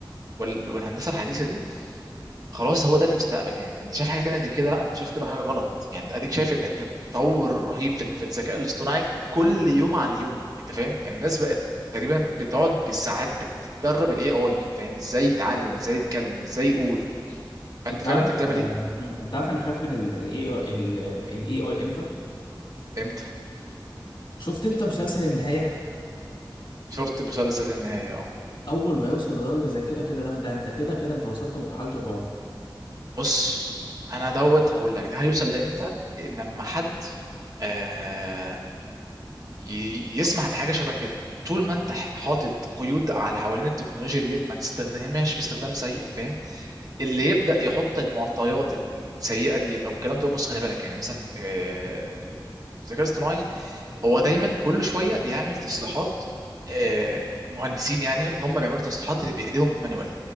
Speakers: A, on the right; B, on the left.
A: وال- والهندسه الحديثه دي خلاص هو ده المستقبل يعني اللي شاف حاجه تانية غير كده لا انت شايف كده حاجه غلط يعني انت اديك شايف التطور الرهيب في في الذكاء الاصطناعي كل يوم على اليوم انت فاهم يعني الناس بقت تقريبا بتقعد بالساعات بتدرب الاي اي فاهم ازاي يتعلم ازاي يتكلم ازاي يقول فانت
B: انت
A: فاهم
B: عارف
A: انت بتعمل
B: آه،
A: ايه
B: مم. انت عارف انا خايف من الاي اي الاي اي امتى
A: امتى
B: شفت انت مسلسل النهايه
A: شفت مسلسل النهاية اه
B: اول ما يوصل لدرجه زي كده كده ده, ده انت كده كده انت وصلت لمرحله الرعب
A: بص انا دوت هقول لك ده هيوصل ده امتى لما حد آه ي- يسمح بحاجه شبه كده طول ما انت ح- حاطط قيود على حوالين التكنولوجيا ديت ما تستخدمهاش باستخدام سيء فاهم اللي يبدا يحط المعطيات السيئه ديت او الكلام ده بص خلي بالك يعني مثلا آه، الذكاء الاصطناعي هو دايما كل شويه بيعمل تصليحات آه، مهندسين يعني هم بيعملوا تصليحات اللي بايديهم مانوال